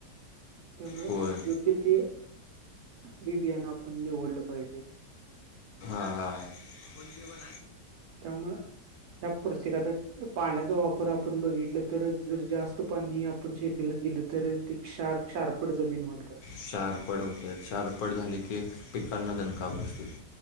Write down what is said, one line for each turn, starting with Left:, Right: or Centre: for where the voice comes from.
Right: त्यामुळे
Left: होय
Right: योग्य ते. बीबियाना आपण निवडलं पाहिजे.
Left: हा हा कोणते बण.
Right: त्यामुळ ह्या पुस्तिकाच. पाण्याचा वापर आपण बघितलं तर जर जास्त पाणी आपण शेतीला दिलं. तर ते क्षार्क शार्पट जमीन होत जाते.
Left: चारपड होते चारपड झाली की, पिकांना दणका बसतेय.